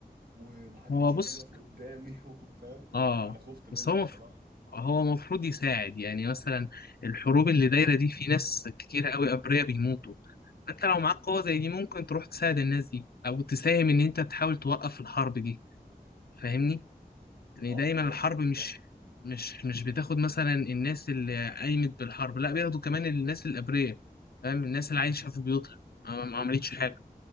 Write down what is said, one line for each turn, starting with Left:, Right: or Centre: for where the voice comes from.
Right: ومحدش
Left: هو
Right: يقدر
Left: بص
Right: يقف قدامي <laughs> فاهم
Left: اه
Right: انا خفت منه
Left: بس هو
Right: الصراحة
Left: مف... هو المفروض يساعد يعني مثلا الحروب اللي دايرة دي في ناس كتير قوي أبرياء بيموتوا انت لو معاك قوة زي دي ممكن تروح تساعد الناس دي او تساهم ان انت تحاول توقف الحرب دي فاهمني يعني
Right: اه
Left: دايما
Right: بالظبط
Left: الحرب
Right: بالظبط
Left: مش مش مش بتاخد مثلا الناس اللي قايمت بالحرب لا بياخدوا كمان الناس الابرياء فاهم الناس اللي عايشة في بيوتها ما ما عملتش حاجة